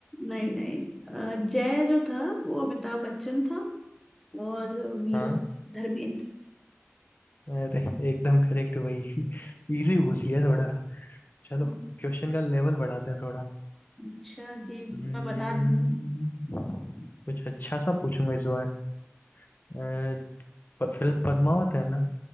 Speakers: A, in the centre; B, on the left (about 45°).
A: नहीं नहीं अह, जय जो था वो अमिताभ बच्चन था और वीरू
B: हाँ
A: धर्मेंद्र
B: अरे एकदम करेक्ट भाई <laughs> इजी पूछ लिया थोड़ा चलो
A: हम्म,
B: क्वेश्चन का लेवल बढ़ाते हैं थोड़ा
A: अच्छा जी
B: हम्म,
A: मैं बता दूंगी
B: कुछ अच्छा सा पूछूंगा इस बार अ, प- फिल्म पद्मावत है ना